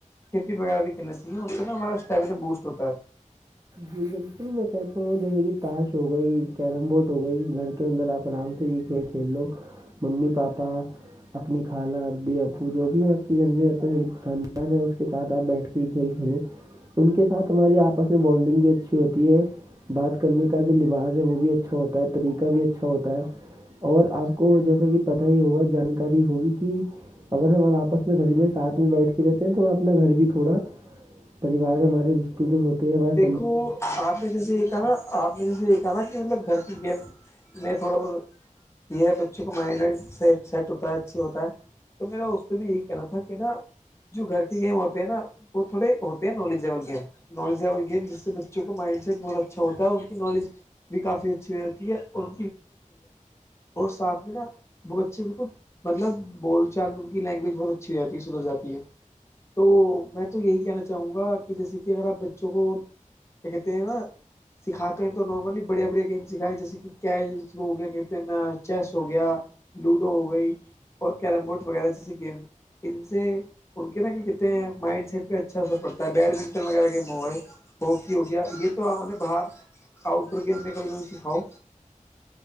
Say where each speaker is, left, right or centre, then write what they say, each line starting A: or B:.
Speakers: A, on the left; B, on the right.
A: کرکٹ وغیرہ بھی کھیلتی ہیں اس سے ہمارا اسٹیمینا بوسٹ ہوتا ہے
B: جی بالکل میں کہتا ہوں جیسے کہ تاش ہو گئی کیرم بورڈ ہو گئی گھر کے اندر آپ آرام سے یہ کھیل کھیل لو ممی پاپا اپنی خالہ امی ابو جو بھی آپ کے گھر میں خاندان ہے اس کے ساتھ آپ بیٹھ کے کھیل کھیلیں ان کے ساتھ ہماری آپس میں بونڈنگ بھی اچھی ہوتی ہے بات کرنے کا جو لباس ہے وہ بھی اچھا ہوتا ہے طریقہ بھی اچھا ہوتا ہے اور آپ کو جیسا کہ پت ہی ہوگا جانکاری ہوگی کہ اگر ہم آپس میں گھر میں ساتھ میں بیٹھ کے رہتے ہیں تو ہم اپنا گھر بھی تھوڑا پریوار ہمارے رشتے جو ہوتے ہیں بس
A: کو آپ نے جیسے ج یہ کہا نا آپ نے جیسے یہ کہا نا کہ مطلب گھر کی گیم میں تھوڑا بہت یہ ہے بچے کا مائنڈ سے سیٹ ہوتا ہے اچھی ہوتا ہے تو میرا اس سے بھی یہی کہنا تھا کہ نا جو گھر کی گیم وہ نا وہ تھوڑے ہوتے ہیں knowledgeable game knowledge level game جس سے بچوں کا مائنڈ سیٹ بہت اچھا ہوتا ہے ان کی نالج بھی کافی اچھی ہوتی ہے اور ان ساتھ مے نا وہ بچے بالکل مطلب بول چال ان کی لینگویج بہت اچھی ہو جاتی ہے سدھر جاتی ہے تو میں تو یہی کہنا چاہوں گا کہ جیسے کہ اگر آپ بچوں کو کیا کہتے ہیں نا سکھاتے ہیں تو نارملی بڑے بڑے گیم سکھائیں جیسے کہ کیچ ہو گیا کہتے ہیں نا چیس ہو گیا لوڈو ہو گئی اور کیرم بورڈ وغیرہ جیسے گیم ان سے ممکن کہ کتنے مائنڈ سی پہ اچھا اثر پڑتا ہے بیڈمنٹن وغیرہ گیم ہوا ہے ہاکی ہو گیا یہ تو ان نے باہر آؤٹ ڈور گیم میں کھی سکھاؤ